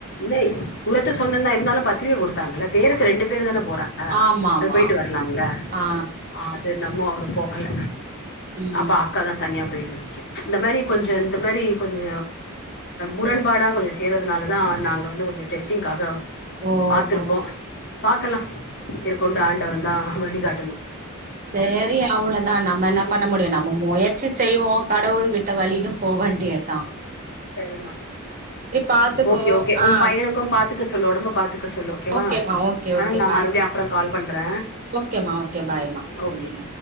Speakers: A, on the left (about 50°); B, on the right (about 40°).
A: ந ப சொன்னனா இருந்தாலும் பத்திரை கொடுத்தாங்கள பேருக்கு ரெண்டு பேர் தான போற ங்க
B: ஆமா ஆமா
A: அது போயிட்டு வரலாம்ல
B: ஆ
A: அ நம்ம அவர் போகல
B: ம்
A: அப்பா அக்க தான் தனியா போயந்துச்ச இந்த மாரி கொஞ்சோ இந்த மாி கொஞ்ச உரண்பாடா
B: ஓ
A: கொஞ் செய்றதுனால தான் நாங்க வந்து கொஞ்சு டெஸ்டிங்க்காக
B: ஓ
A: பாத்துருக்கோ
B: ஓ.
A: பாக்கலா இருற்கொண்டு ஆண்டவே தா வழிகாட்டணு
B: செரி அவ்ளவுதான் நம்ம என்ன
A: ம்
B: பண்ண
A: ம்
B: முடியும் நம்ம முயற்சி செய்வோ கடவுள் விட்ட வழில போவேண்டியதா
A: செரிமா
B: பாத்துக்கோ
A: ஓகே ஓகே உன்
B: ஆ
A: பையனுக்கும் பா க்கு சொல்ல ஒடம்ப பார்த்து க்க சொல்ல ஓகேவா
B: ஓகேமா ஓகே
A: ஆ
B: ஓகே
A: நான்
B: பாய்
A: மறுபடியும் அப்புறோ கால் பண்றேன்
B: ஓகேமா ஓகே பாய்மா
A: ஓகே
B: ம்